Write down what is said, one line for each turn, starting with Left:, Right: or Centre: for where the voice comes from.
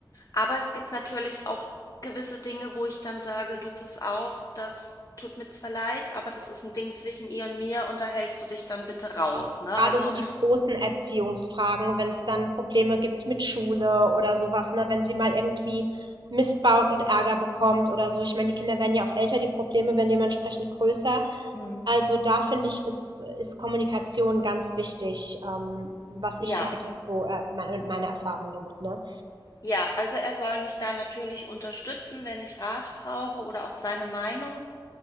Left: Aber es gibt natürlich auch gewisse Dinge, wo ich dann sage, du pass auf, das tut mir zwar leid, aber das ist ein Ding zwischen ihr und mir und da hältst du dich dann bitte raus,
Right: auch
Left: ne?
Right: gerade
Left: Also
Right: so die großen Erziehungsfragen, wenn es dann Probleme gibt mit Schule oder sowas, ne? Wenn sie mal irgendwie Mist baut und Ärger bekommt oder so. Ich meine, die Kinder werden ja auch älter, die Probleme werden dementsprechend größer.
Left: Mhm.
Right: Also da finde ich, ist, ist Kommunikation ganz wichtig, ähm, was ich
Left: ja.
Right: halt jetzt so, äh, meine, meine Erfahrung damit, ne?
Left: Ja, also er soll mich da natürlich unterstützen, wenn ich Rat brauche oder auch seine Meinung.